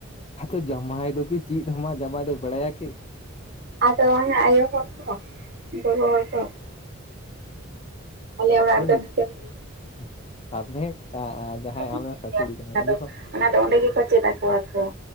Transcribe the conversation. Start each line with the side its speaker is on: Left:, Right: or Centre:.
Left: ᱟᱫᱚ ᱡᱟᱢᱟᱭ ᱫᱚ ᱠᱤ ᱪᱮᱫ ᱟᱢᱟᱭ, ᱡᱟᱢᱟᱭ ᱫᱚᱭ ᱵᱟᱲᱟᱭᱟ ᱠᱤ?
Right: ᱟᱫᱚ ᱟᱭᱳ ᱦᱚᱲᱚᱨᱠᱣᱟ <unintelligible> ᱦᱚᱲᱚᱨᱠᱣᱟ <unintelligible>
Left: ᱠᱟᱛᱷᱟ
Right: ᱚᱲᱟᱜ
Left: ᱨᱤᱧ
Right: ᱨᱮᱫᱚ ᱱᱤᱝᱠᱟᱹ ᱜᱮᱞᱮ
Left: <inaudible> ᱥᱟᱫᱽ ᱢᱮ, ᱟᱻ ᱡᱟᱦᱟᱸᱭ
Right: ᱤᱥᱤᱱ
Left: ᱟᱢᱨᱮ ᱥᱟᱥᱩᱲᱤ ᱠᱟᱱᱟᱭ ᱩᱱᱤ ᱦᱚᱸᱼᱼ
Right: ᱚᱱᱟ ᱫᱚ ᱚᱸᱰᱮ ᱜᱮᱠᱚ ᱪᱮᱫ ᱟᱠᱚᱣᱟ ᱠᱚ ᱾